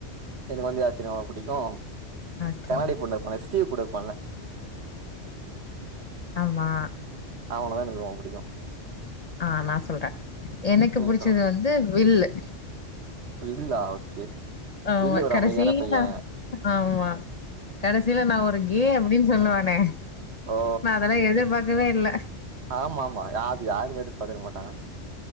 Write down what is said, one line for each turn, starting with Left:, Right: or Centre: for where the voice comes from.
Right: எனக்கு வந்து யாரத் தெரியுமா புடிக்கு
Left: ஓகே.
Right: கண்ணாடி பொண்ணு அவன் எஸ் டி கூட இருப்பான்ல
Left: ஆமா
Right: அவனதா எனக்கு ரொம்ப புடிக்கு
Left: ஆ நா சொல்றே எனக்கு
Right: நீங்க
Left: புடிச்சது
Right: சொல்லுங்க
Left: வந்து வில்லு
Right: வில்லா ஓகே
Left: ஆமா
Right: வில்லு ஒரு
Left: கடைசில
Right: அமைதியான பைய
Left: ஆமா கடைசியில நா ஒரு கேம் அப்டின் சொல்லுவானே
Right: ஓ
Left: நான் அதெல்லாம் எதிர்பார்க்கவே இல்ல.
Right: ஆமா ஆமா யாது யாருமே எதிர்பாத்திருக்க மாட்டாங்க